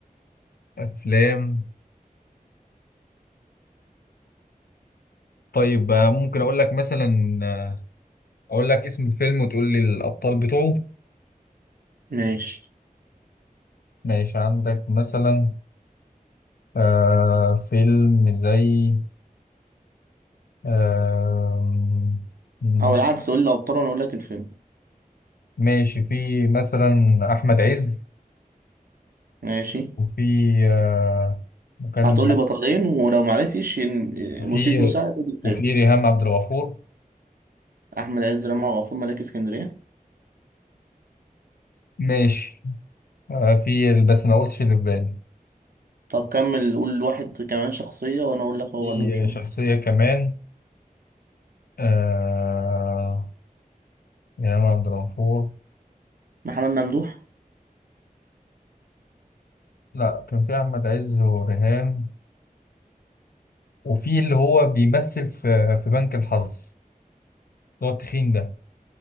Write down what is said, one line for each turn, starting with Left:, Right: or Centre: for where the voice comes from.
Left: أفلام طيب آه، ممكن أقول لك مثلا آه، أقول لك اسم الفيلم وتقول لي الأبطال بتوعه
Right: ماشي
Left: ماشي عندك مثلا آه فيلم زي آه م-
Right: أو العكس قول لي أبطال وأنا أقول لك الفيلم
Left: ماشي في مثلا أحمد عز
Right: ماشي
Left: وفي آه وكان
Right: هتقول
Left: في
Right: لي بطلين ولو معرفتش إن-
Left: وفي
Right: مسيت مساعدة تقول لي التالت
Left: وفي ريهام عبد الغفور
Right: أحمد عز رمى وغفور ملاك اسكندرية
Left: ماشي آه، في بس ما قلتش اللي في بالي
Right: طب كمل قول واحد كمان شخصية وأنا أقول لك هو
Left: في
Right: ولا مش هو
Left: شخصية كمان آه إمام عبد الغفور
Right: محمد ممدوح
Left: لا كان في أحمد عز وريهام وفي اللي هو بيمثل في في بنك الحظ اللي هو التخين ده